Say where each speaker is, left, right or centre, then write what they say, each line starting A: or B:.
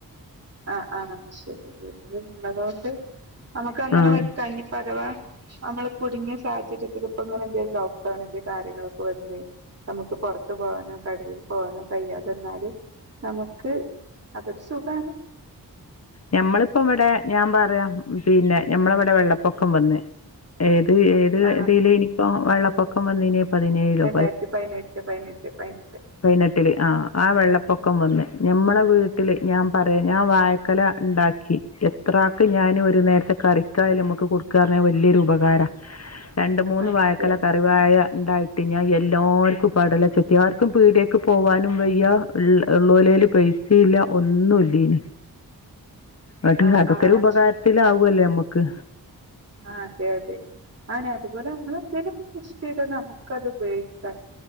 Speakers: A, on the right; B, on the left.
A: ആഹ ആഹ ശരിട്ട ള്ളതൊണ്ട് നമുക്ക് അങ്ങനെ
B: ആഹ്
A: വെക്കാംഇഞ്ഞ്പഅതവാ നമ്മള് കുടുങ്ങിയ സാഹചര്യത്തിൽ ഇപ്പ ഇങ്ങനെന്തും ലോക്ക്ഡൌൺ എ കാര്യങ്ങളൊക്കെ വന്ന നമുക്ക് പുറത്ത് പോകാനോ കടയിൽ പോവാനോ കഴിതെന്നാല്. നമുക്ക് അതൊരു സുഖണ്
B: ഞമ്മളിപ്പ ഇവിടെ ഞാൻ പറയാം പിന്നെ ഞമ്മളവിടെ വെള്ളപ്പൊക്കം വന്ന് ഏത് ഏത്
A: ആഹ്
B: ഇതിൽ ഇനിപ്പോ വെള്ളപ്പൊക്കം വന്നിനി പതിനേഴിലോ
A: രണ്ടായിരത്തി പതിനെട്ട് പയ്നെട്ട് പയ്നെട്ട്
B: പയനെട്ടില് ആ ആ വെള്ളപ്പൊക്കം വന്ന് ഞമ്മളെ വീട്ടില് ഞാൻ പറയാ ഞാൻ വാഴ- കല ഉണ്ടാക്കി എത്രാക്ക് ഞാൻ ഒരു നേരത്തെ കറിക്കായ നമുക്ക് കൊടുക്കാറഞ്ഞാൽ വലിയൊരു ഉപകാരാ
A: <inaudible>
B: രണ്ട് മൂന്ന്
A: ആഹ്
B: വായ്ക്കൊലക-
A: അതെ
B: ആ വാഴ ഉണ്ടായിട്ട് ഞാൻ എല്ലാവർക്കും പടല ചെത്തി ആർക്കും പീട്യാക്ക് പോവാനും വയ്യ ഉള്ള ഉള്ളേലില് പൈസ ഇല്ല ഒന്നുല്ലയിനി അത്
A: ആഹ്
B: അതൊക്കെരു
A: ആഹ്
B: ഉപകാരത്തില
A: ശരി
B: ആവുല്ലേ നമ്മക്ക്
A: ആ.. അതെ അതെ അതുപോലെ നമ്മ എന്തില- കൃഷി ചെയ്ത നമുക്ക് അത് ഉപയോഗിക്കാം